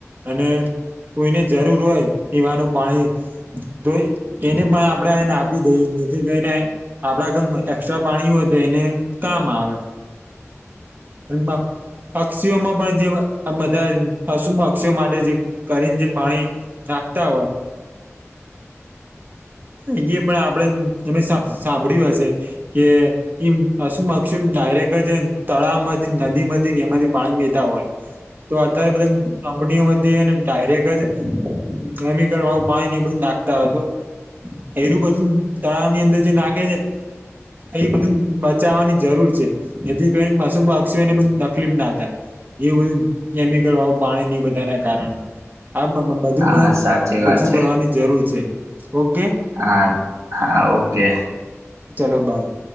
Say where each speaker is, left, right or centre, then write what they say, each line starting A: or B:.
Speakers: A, on the right (about 40°); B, on the right (about 75°).
A: અને કોઈને જરૂર હોય પીવાનું પાણી તો એને પણ આપડે એને આપી દઈએ જેથી કરીને આપડા ઘરમા એક્સ્ટ્રા પાણી હોય તો એને કામ આવે એમાં પક્ષીઓમા પણ જે આ બધા પશુ પક્ષી માટે જે કરીને જે પાણી નાખતા હોય. અહી પણ આપડે તમે સાંભળ્યું હશે કે એમ પશુપક્ષીઓ ડાયરેક જ તળાવ માંથી નદીમાંથી એમાંથી પાણી વીતા હોય. તો અત્યારે બધા કંપનીઓમાંથી ડાયરેક્ટ જ કેમિકલવાળું પાણી એ બધું નાખતા હોય તો એરું બધું તળાવ ની અંદર જે નાખે છેને. એ બધું બચાવવાની જરૂર છે. એથી કરીને પશુપક્ષીઓ ને પણ તકલીફ ના હતા. એવું બધું કેમિકલ વાળું પાણીને એ બધા ના કારણે આ બધું
B: હા
A: પણ
B: સાચી વાત
A: ઓછું
B: છે
A: કરવાની જરૂર છે, ઓકે
B: હા હા ઓકે
A: ચલો બાય